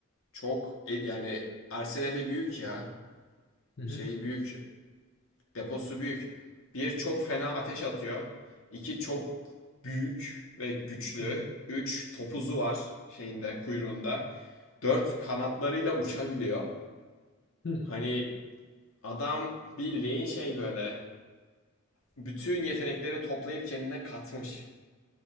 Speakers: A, on the left; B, on the left.
A: çok e- yani Arsenal'i büyük ya.
B: Hı hı
A: Şeyi büyük. Deposu büyük. Bir çok fena ateş atıyor. İki çok büyük ve güçlü.
B: hı hı
A: Üç topuzu var şeyinde kuyruğunda. Dört kanatlarıyla uçabiliyor.
B: hı
A: Hani adam bildiğin şey böyle bütün yetenekleri toplayıp kendine katmış.